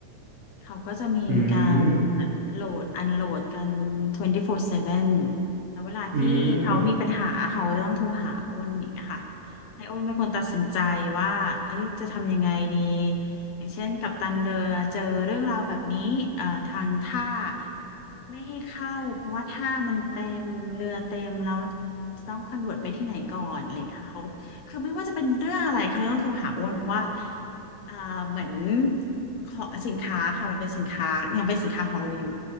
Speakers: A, on the left; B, on the right.
A: เขาก็จะมีการ
B: อืม
A: โหลดอันโหลดกัน24/7แล้วเวลาที่เขามีปัญหาเขาก็ต้องโทรหาอ้นอย่างเงี้ยค่ะ
B: อืม
A: ให้อ้นเป็นคนตัดสินใจว่าเอ้ยจะทำยังไงดี อย่างเช่นกัปตันเรือ เจอเรื่องราวแบบนี้เอ่อทางท่าไม่ให้เข้าเพราะว่าท่ามันเต็มเรือเต็มแล้วต้องคอนเวิร์ตไปที่ไหนก่อนอะไรอย่างเงี้ยค่ะเขาคือไม่ว่าจะเป็นเรื่องอะไรเขาต้องโทรหาอ้นเพราะว่า อ่าเหมือนขอสินค้าค่ะมันเป็นสินค้ายังเป็นสินค้าของเราอยู่